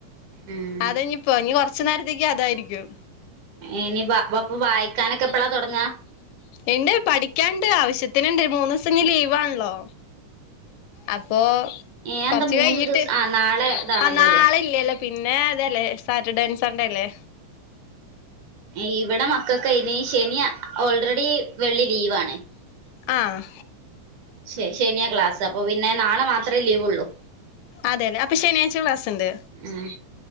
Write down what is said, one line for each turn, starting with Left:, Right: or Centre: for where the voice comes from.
Right: ആഹ്
Left: അതാഞ്ഞിപ്പൊ കൊർച്ച് നേരത്തേക്ക് അതായിരിക്കും
Right: ഇനിപ്പാ അപ്പൊ വായിക്കാനൊക്കെ എപ്പളാ തൊട്ങ്ങാ
Left: ഇണ്ട് പഠിക്യാണ്ട് ആവശ്യത്തിന്ണ്ട് മൂന്ന്സം ഇഞ്ഞി ലീവാണ്ലോ അപ്പൊ
Right: ഏഹ്
Left: കൊർച്ച്
Right: എന്താ മൂന്ന്
Left: കഴിഞ്ഞിട്ട്
Right: ദിവസം ആഹ് നാളെ ഇതാണല്ലോല്ലേ
Left: ആ നാളെ ഇല്ലലോ പിന്നെ പിന്നെ അതെല്ലേ സാറ്റർഡേ സൺഡേ ല്ലേ
Right: ഇവടെ മക്കകൈന് ശെനിഅ ഓൾറെഡി വെള്ളി ലീവാണ്.
Left: ആഹ്
Right: ശെ ശെനിയാ ക്ലാസ് അപ്പൊ പിന്നെ നാളെ മാത്രേ ലീവൊള്ളൂ
Left: അതെലേ അപ്പൊ ശനിയാഴ്ച ക്ലാസ്സ്ണ്ട്
Right: ആഹ്